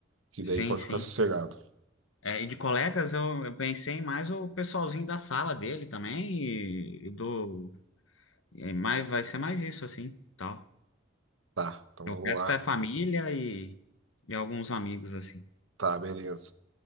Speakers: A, on the right (about 85°); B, on the left (about 85°).
A: que
B: sim,
A: daí pode
B: sim.
A: ficar sossegado.
B: É, e de colegas, eu, eu pensei mais o pessoalzinho da sala dele também, e, e do. é mais, vai ser mais isso, assim, tal.
A: Tá, então
B: O
A: vamos
B: resto
A: lá.
B: é família e, e alguns amigos, assim.
A: Tá, beleza.